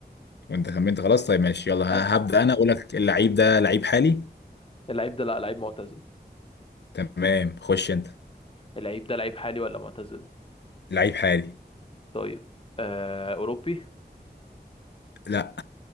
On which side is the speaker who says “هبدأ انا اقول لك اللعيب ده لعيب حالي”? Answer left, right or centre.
Left